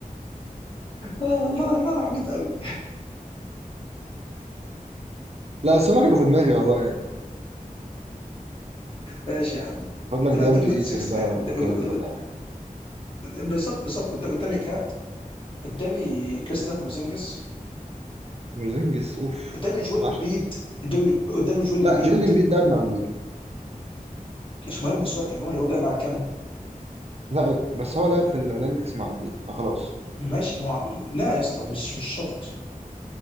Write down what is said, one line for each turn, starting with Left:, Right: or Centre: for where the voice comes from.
Left: آه، الله الله انا عبيط قوي
Right: لا بس هما كانوا في دماغي والله يعني
Left: ماشي يا عم
Right: خد لك
Left: انا
Right: دي
Left: قدامي
Right: اندري
Left: دوت
Right: ايتن
Left: 6
Right: ده
Left: مان
Right: ولا
Left: قد- قد-
Right: كات
Left: قد-
Right: ولا حاجة.
Left: بالظبط بالظبط قد- قدامي كات قدامي كريستوف بوزينجس
Right: مرزينجس اوف
Left: قدامي جويل
Right: انا بعشق
Left: امبيد
Right: مرزينجس.
Left: قدامي قدامي جويل امبيد
Right: لا جويل امبيد لعب مع امريكا
Left: مش مهم بس هو كاميرون يقول لا مع الكاميرون
Right: لا لا، بس هو لعب في الاولمبيكس مع امريكا فخلاص
Left: ماشي ما هو لا يا اسطى مش مش شرط